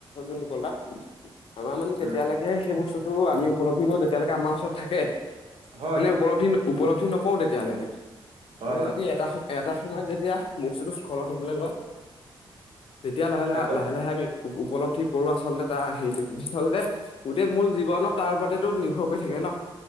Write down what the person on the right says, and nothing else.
উম
হয়
হয়
হয়
একদম